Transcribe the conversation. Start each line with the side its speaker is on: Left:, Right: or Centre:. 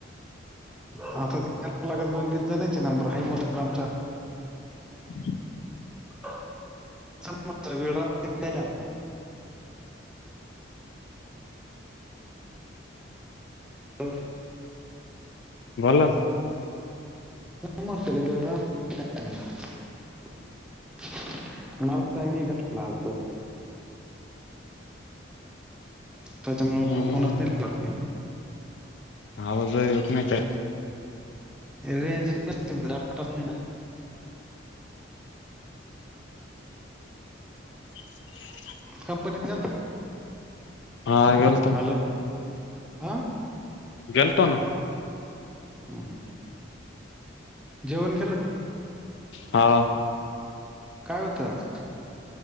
Centre: हा आता ते करावं लागेल दोन तीन जणची नंबर हा <unintelligible> चा
Left: ह <inaudible>
Centre: <unintelligible> च वेळ राहते कायला <unintelligible>
Left: बोला ना?
Centre: <unintelligible> मला का? <unintelligible> नाही घेतलेला आलत त्याच्यामुळे
Left: हम्म
Centre: फोन <unintelligible>
Left: आवाज येतं नाय काही.
Centre: रेंज <unintelligible> नाही ना
Left: <unintelligible>
Centre: कंपनीत गेलता का?
Left: हा गेलतो
Centre: हॅलो! आं?
Left: गेलतो ना.
Centre: हम्म. जेवण केलं का?
Left: हा.
Centre: काय होतं आज?